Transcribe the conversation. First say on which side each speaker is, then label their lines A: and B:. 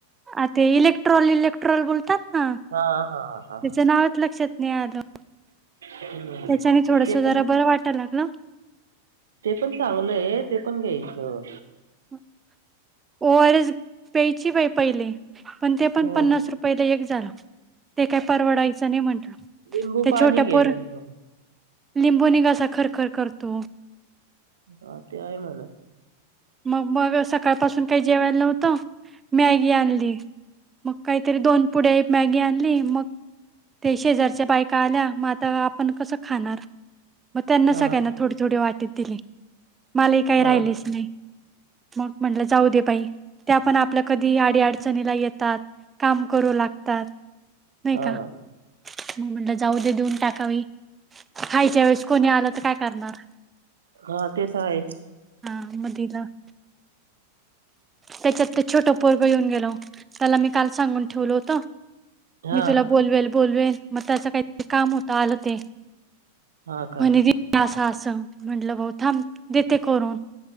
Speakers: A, on the right; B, on the right.
A: आ ते इलेक्ट्रॉल इलेक्ट्रॉल बोलतात. ना
B: हा हा हा
A: त्याचं
B: ह.
A: नावच <inaudible>
B: हम्म
A: त्याच्याने थोडस
B: ते
A: जरा
B: पण
A: बरं वाटायला लागला.
B: ते पण चांगलंय ते पण घ्यायचं.
A: हम्म! ओ आर एस प्याची बाई पहिले पण ते पण
B: ह
A: पन्नास रुपयला एक झालं. ते काय परवडायचं नाही म्हंटलं
B: लिंबू
A: ते
B: पाणी
A: छोट्या पोर
B: घे ना मग
A: लिंबून निघासा खरखर करतो.
B: हा ते आहे मला.
A: मग मग सकाळ पाासून काही जेवायला नव्हतं मॅगी आणली. मग काहीतरी दोन पुढे एक मॅगी आणली मग ते शेजारच्या बायका आल्या मग आपण कसं खाणार मग त्यांना
B: हा
A: सगळ्यांना थोडी थोडी वाटीत दिली. मलाही काही
B: हा
A: राहिलीच नाही. मग म्हटलं जाऊ दे बाई त्या पण आपल्या कधी आडी अडचणीला येतात. काम करू लागतात नाही
B: हा
A: का मग म्हण. जाऊ दे देऊन टाकावी खायच्या वेळेस कोणी आलं तर काय करणार.
B: हा तेच आहे.
A: हा <inaudible> त्याच्यात ते छोट पोरग येऊन गेलो त्याला मी काल सांगून ठेवल होत.
B: हा
A: मी तुला बोलवेल बोलवेल मग त्याच काहीतरी काम होत आलं ते.
B: हा का
A: म्हणें असं म्हंटलं भाऊ थांब देते करून.